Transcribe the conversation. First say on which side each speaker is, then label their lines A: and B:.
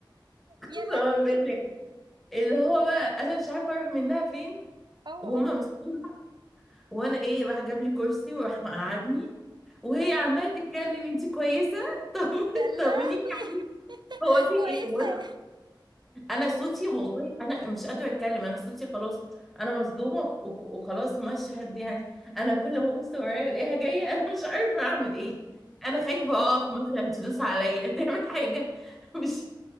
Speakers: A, in the centre; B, on the right.
A: قسما
B: يا لهوي
A: بالله اللي هو بقى انا مش عارفه اروح منها فين
B: اه
A: وهم
B: اه
A: مستنيين وانا
B: آه.
A: ايه راح جاب لي كرسي وراح مقعدني وهي
B: يا نهار
A: عماله تتكلم انت كويسه <laughs> طب
B: يا لهوي
A: طمنيني هو
B: <laughs>
A: في
B: كويسة
A: ايه وانا انا صوتي والله انا مش قادره اتكلم انا صوتي خلاص انا مصدومه وخ- وخلاص مشهد يعني انا كل ما ابص ورايا الاقيها جايه انا مش عارفه اعمل ايه انا خايفه اقف مثلا تدوس عليا تعمل حاجه <laughs> مش